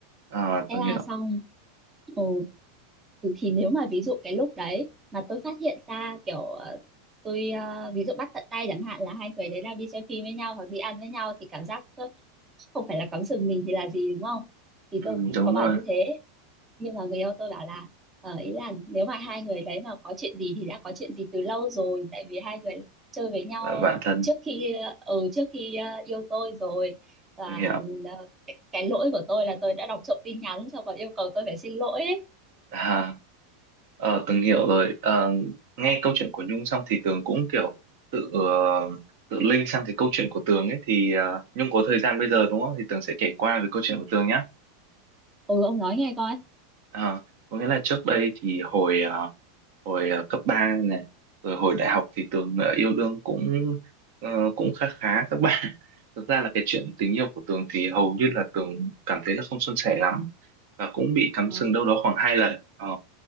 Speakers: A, on the right; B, on the right.
A: à,
B: thế
A: Tường
B: là
A: hiểu
B: xong Ồ, ừ, thì nếu mà ví dụ cái lúc đấy mà tôi phát hiện ra kiểu ờ, tôi ờ, ví dụ bắt tận tay chẳng hạn là hai người đấy đang đi xem phim với nhau hoặc đi ăn với nhau thì cảm giác ờ, không phải là cắm sừng mình thì là gì đúng không? Thì
A: ừ,
B: tôi
A: đúng
B: có bảo
A: rồi
B: như thế nhưng mà người yêu tôi bảo là ờ, ý là nếu mà hai người đấy mà có chuyện gì thì đã có chuyện gì từ lâu rồi tại vì hai người chơi với nhau
A: là bạn thân
B: trước khi ờ, ừ, trước khi ờ, yêu tôi rồi và
A: Tường hiểu
B: ờ, cái, cái lỗi của tôi là tôi đã đọc trộm tin nhắn xong còn yêu cầu tôi phải xin lỗi ấy.
A: à, Ờ, Tường hiểu rồi. Ờ, nghe câu chuyện của Nhung xong thì Tường cũng kiểu tự ờ, tự link sang cái câu chuyện của Tường ấy thì ờ, Nhung có thời gian bây giờ đúng không? Thì Tường sẽ kể qua về câu chuyện của Tường nhé.
B: Ừ ông nói nghe coi.
A: Ờ, có nghĩa là trước đây thì hồi ờ, hồi ờ, cấp 3 này, rồi hồi đại học thì Tường ờ, yêu đương cũng ờ, cũng khá khá các bạn. <laughs> Thực ra là cái chuyện tình yêu của Tường thì hầu như là Tường cảm thấy là không suôn sẻ lắm và cũng bị cắm
B: Ờ.
A: sừng đâu đó khoảng hai lần. Ờ,